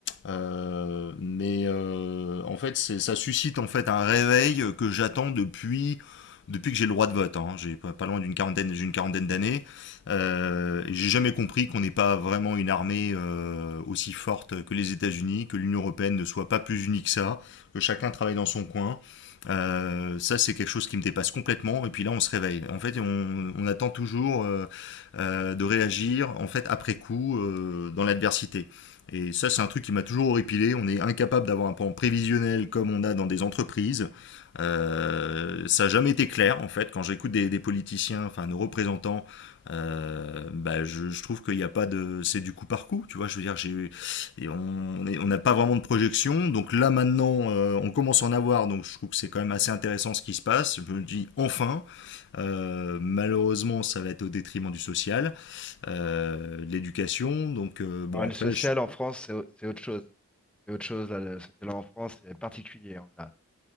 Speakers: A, on the left; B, in the centre.
A: euh, mais euh, en fait, c'est- ça suscite en fait un réveil que j'attends depuis, depuis que j'ai le droit de vote. hein. J'ai pas, pas loin d'une quarantaine, j'ai une quarantaine d'années. Euh, et j'ai jamais compris qu'on n'ait pas vraiment une armée euh, aussi forte que les États-Unis, que l'Union européenne ne soit pas plus unie que ça, que chacun travaille dans son coin. Euh, ça, c'est quelque chose qui me dépasse complètement. Et puis là, on se réveille. En fait, on, on attend toujours euh, euh, de réagir, en fait, après coup, euh, dans l'adversité. Et ça, c'est un truc qui m'a toujours horripilé. On est incapable d'avoir un plan prévisionnel comme on a dans des entreprises. Euh, ça n'a jamais été clair, en fait. Quand j'écoute des, des politiciens, enfin nos représentants, euh, bah, je, je trouve qu'il n'y a pas de. C'est du coup par coup, tu vois. Je veux dire, j'ai et on on n'a pas vraiment de projection. Donc là maintenant, euh, on commence à en avoir. Donc je trouve que c'est quand même assez intéressant ce qui se passe. Je me dis enfin, euh, malheureusement, ça va être au détriment du social, euh, de l'éducation. Donc euh, bon,
B: Alors, le
A: après,
B: social
A: je-
B: en France, c'est au- c'est autre chose. C'est autre chose, là, le social en France, c'est particulier. On a-